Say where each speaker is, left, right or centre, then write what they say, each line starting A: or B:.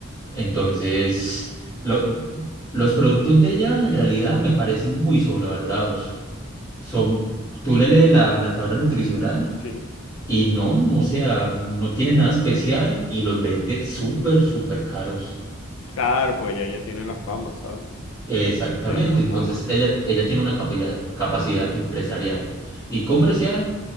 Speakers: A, on the left; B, on the left.
A: Entonces, lo-
B: Eso,
A: los productos de ella en realidad me parecen muy sobrevalorados. Son, tú le lees la la tabla nutricional.
B: Sí.
A: Y no, o sea, no tiene nada especial y los vende súper, súper caros.
B: Claro, pues ya, ya tiene la fama, ¿sabes?
A: Exactamente,
B: Ya tiene la
A: entonces
B: fama.
A: ella, ella tiene una capacidad, capacidad empresarial y comercial